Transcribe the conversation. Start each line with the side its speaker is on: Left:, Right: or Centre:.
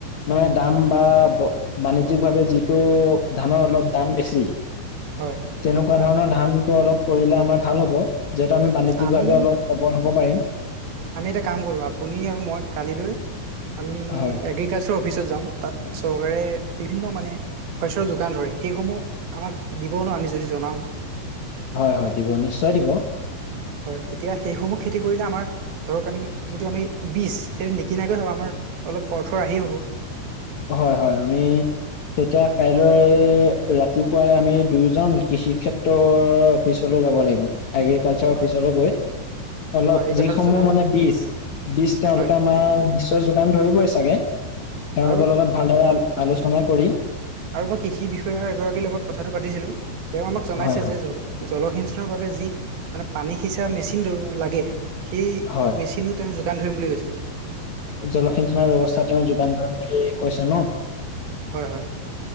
Left: মানে দাম বা বাণিজ্যিক ভাৱে যিটো ধানৰ অলপ দাম বেছি
Right: হয়
Left: তেনেকোৱা ধৰণৰ ধানটো অলপ কৰিলে আমাৰ ভাল হব যিহেতু আমি বাণিজ্যিকভাৱে
Right: আমি
Left: অলপ সফল হ'ব পাৰিম
Right: আমি এটা কাম কৰো আপুনি আৰু মই কালিলৈ আমি
Left: হয়
Right: এগ্ৰি কালচাৰ অফিচত যাও তাত চৰকাৰে বিভিন্ন মানে শস্যৰ যোগান ধৰে সেইসমূহ আমাক দিব ন আমি যদি জনাও
Left: হয় হয় দিব নিশ্চয় দিব
Right: হয় তেতিয়া সেইসমূহ খেতি কৰিলে আমাৰ ধৰক আমি যিটো আমি বীজ সেইটো নিকিনাকৈ হ'ব আমাৰ অলপ অৰ্থ ৰাহি হ'ব
Left: হয় হয় আমি তেতিয়া কাইলৈ ৰাতিপুৱাই আমি দুয়োজন কৃষি ক্ষেত্ৰৰ অফিচলৈ যাব লাগিব এগ্ৰিকালচাৰ
Right: হয়
Left: অফিচলৈ গৈ অলপ
Right: হয় এই
Left: যিসমূহ
Right: কথাটো জনাম
Left: মানে বিজ বিজ তেওঁলোকে
Right: হয়
Left: আমাৰ বিজৰ যোগান ধৰিবই চাগে তেওঁলোকৰ
Right: আৰু
Left: লগত ভালদৰে আলোচনা কৰি
Right: আৰু মই কৃষি বিষয়া এগৰাকীৰ লগত কথাটো পাতিছিলো তেওঁ আমাক জনাইছে
Left: হয় হয়
Right: যে জলসিঞ্চনৰ বাবে যি মানে পানী সিঁচা মেচিন লাগে সেই
Left: হয়
Right: মেচিনত তেওঁ যোগান ধৰিম বুলি কৈছে।
Left: জলসিঞ্চনৰ ব্যৱস্থা তেওঁ যোগান ধৰিম বুলি কৈছে ন?
Right: হয়, হয়